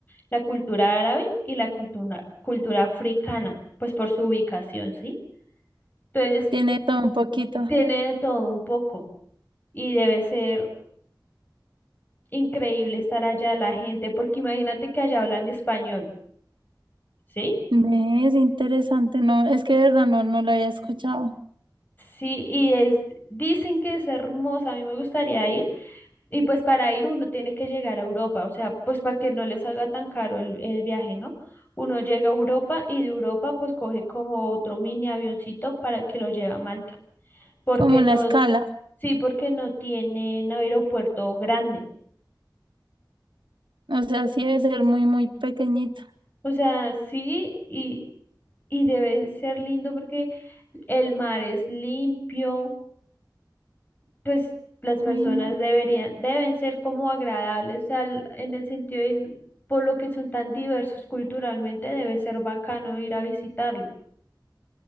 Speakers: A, on the left; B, on the right.
A: la cultura árabe y la cultura, cultura africana, pues por su ubicación, ¿sí? Entonces,
B: Tiene todo un poquito.
A: tiene de todo un poco y debe ser increíble estar allá la gente, porque imagínate que allá hablan español, ¿sí?
B: Ve, Es interesante, no, es que de verdad no, no lo había escuchado.
A: Sí, y es, dicen que es hermosa, a mí me gustaría ir, y pues para ir uno tiene que llegar a Europa, o sea, pues para que no les salga tan caro el, el viaje, ¿no? Uno llega a Europa y de Europa pues coge como otro mini avioncito para que lo lleve a Malta, porque
B: Como una
A: no,
B: escala.
A: sí, porque no tienen aeropuerto grande,
B: O sea, sí debe ser muy, muy pequeñita.
A: o sea, sí, y, y debe ser lindo porque el mar es limpio, pues las
B: Uy,
A: personas
B: no.
A: deberían, deben ser como agradables al, en el sentido de, por lo que son tan diversos culturalmente, debe ser bacano ir a visitarlos.